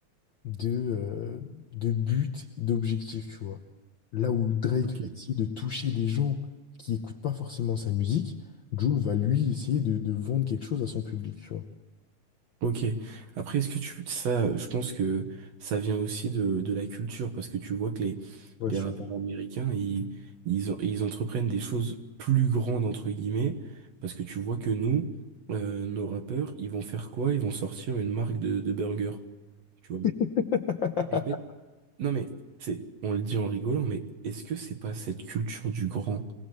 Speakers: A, on the left; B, on the right.
A: de, euh, de but, d'objectif, tu vois. Là où Drake
B: Ok.
A: va essayer de toucher des gens qui écoutent pas forcément sa musique, Jul va lui essayer de, de vendre quelque chose à son public, tu vois.
B: Ok. Après, est-ce que tu ça, je pense que ça vient aussi de, de la culture parce que tu vois que les
A: Ouais,
B: les
A: sûrement.
B: rappeurs américains ils ils en- ils entreprennent des choses plus grandes entre guillemets parce que tu vois que nous euh, nos rappeurs ils vont faire quoi? Ils vont sortir une marque de de burger. Tu
A: <laughs>
B: vois. Non mais, c'est, on le dit en rigolant, mais est-ce que c'est pas cette culture du grand